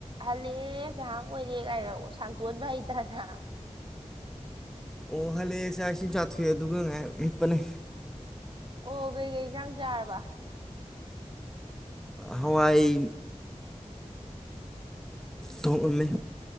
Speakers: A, on the right; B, in the centre.
A: ꯍꯜꯂꯦ ꯉꯍꯥꯟ ꯑꯣꯏꯔꯦ ꯀꯥꯏꯅꯣ ꯁꯥꯡꯗꯣꯟꯕ ꯍꯩꯇꯅ
B: ꯑꯣ ꯍꯜꯂꯦꯁꯦꯁꯤꯡ ꯆꯥꯊꯣꯛꯑꯦ ꯑꯗꯨꯒꯉꯄꯅꯦ
A: ꯑꯣ ꯀꯩꯀꯩ ꯏꯟꯁꯥꯡ ꯆꯥꯔꯕ
B: ꯍꯋꯥꯥꯏ ꯇꯍꯏꯃꯦ